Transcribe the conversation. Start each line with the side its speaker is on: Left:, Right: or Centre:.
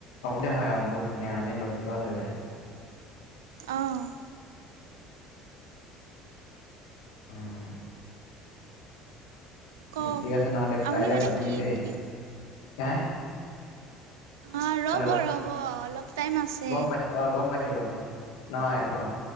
Left: অসুবিধা হয় আৰু বহুতখিনি আনিলোঁ দচ হেজাৰ।
Right: অ',
Left: উম,
Right: কওক
Left: ঠিক আছে নহলে কাইলে
Right: আপুনি মানে
Left: পাতিম
Right: কি
Left: দেই
Right: কি
Left: হে
Right: অ', ৰ'ব
Left: হেল্ল'
Right: ৰ'ব অলপ টাইম আছে।
Left: গম পাইছোঁ অ গম পাইছোঁ নহয় এইটো অ',